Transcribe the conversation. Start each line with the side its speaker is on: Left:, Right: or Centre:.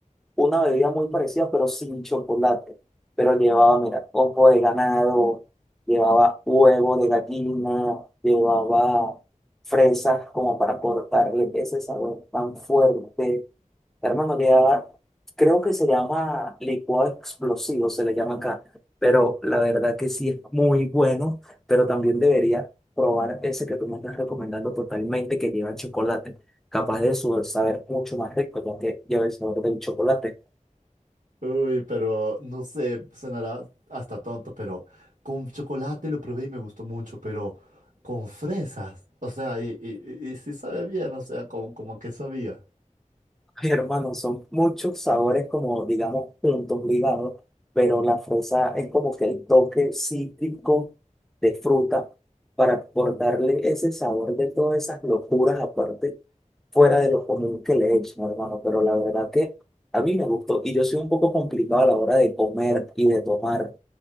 Centre: una bebida muy parecida, pero sin chocolate. Pero llevaba, mira, ojo de ganado, llevaba huevo de gallina, llevaba fresas como para cortarle ese sabor tan fuerte. Hermano, ya creo que se llama licuado explosivo, se le llama acá, pero la verdad que sí es muy bueno, pero también debería probar ese que tú me estás recomendando totalmente, que lleva chocolate. Capaz de su saber mucho más rico, ya que lleva el sabor del chocolate.
Right: Uy, pero no sé, sonará hasta tonto, pero con chocolate lo probé y me gustó mucho, pero con fresas. O sea, y, y, y- y sí sabe bien, o sea, como, como que sabía.
Centre: <laughs> Ay, hermano, son muchos sabores como, digamos, juntos, ligados, pero la fresa es como que el toque cítrico de fruta para por darle ese sabor de todas esas locuras aparte, fuera de lo común que le echan, hermano. Pero la verdad que a mí me gustó y yo soy un poco complicado a la hora de comer y de tomar